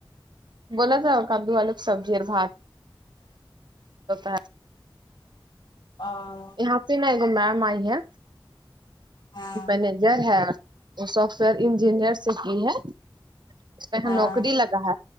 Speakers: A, on the right; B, on the left.
A: بولا جاؤ کادو آلو سبزی اور بھات <unintelligible>
B: <inaudible>
A: یہاں پہ نا ایکگو میم ا ئی ہے
B: ہاں
A: مینیجر ہے وہ سافٹ ویئر انجینئر سے کی ہے اس میں یہاں
B: ہاں
A: نوکری لگا ہے